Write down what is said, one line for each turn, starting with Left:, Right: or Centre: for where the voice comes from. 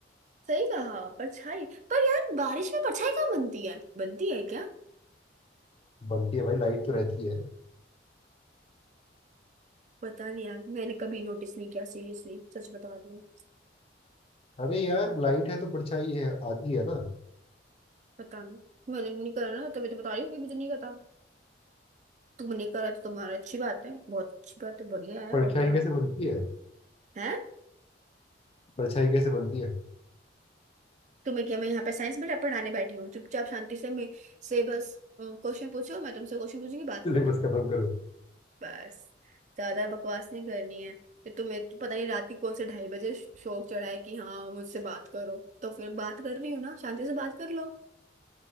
Right: सही कहा परछाई पर यार बारिश में परछाई कहाँ बनती है बनती है क्या
Left: बनती है भाई लाइट तो रहती है
Right: पता नहीं यार मैंने कभी नोटिस नहीं किया सीरियसली सच बता रही हूँ
Left: अरे यार लाइट है तो परछाई है आती है ना
Right: पता नहीं मैंने नहीं करा ना तभी तो बता रही हूँ कि मुझे नहीं पता तुमने करा तो तुम्हारा अच्छी बात है बहुत अच्छी बात है बढ़िया है
Left: परछाई
Right: और क्या
Left: कैसे बनती है
Right: है
Left: परछाई कैसे बनती है <laughs>
Right: तुम्हें क्या मैं यहाँ पे साइंस बेटा पढ़ाने बैठी हूँ चुपचाप शांति से मे से बस क्वेश्चन पूछो मैं तुमसे क्वेश्चन पूछूंगी बात
Left: सिलेबस
Right: खत्म
Left: खत्म करो
Right: बस ज्यादा बकवास नहीं करनी है फिर तुम्हें तो पता नहीं रात के कौन से ढाई बजे शौक चढ़ा है कि हाँ मुझसे बात करो तो फिर बात कर रही हूँ ना शांति से बात कर लो